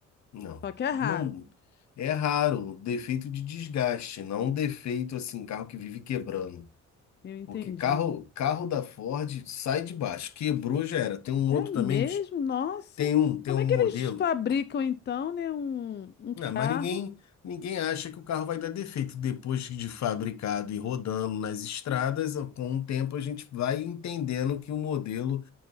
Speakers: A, on the left (about 65°); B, on the left (about 35°).
A: não,
B: Só que é raro.
A: não. É raro, defeito de desgaste, não um defeito assim, carro que vive quebrando.
B: Eu entendi.
A: Porque carro, carro da Ford sai de baixo, quebrou já era. Tem um
B: É
A: outro
B: mesmo?
A: também,
B: Nossa.
A: tem um, tem
B: Como
A: um
B: é que
A: modelo.
B: eles fabricam então, né, um, um carro?
A: Ah, mas ninguém, ninguém acha que o carro vai dar defeito depois de fabricado e rodando nas estradas. Com o tempo a gente vai entendendo que o modelo.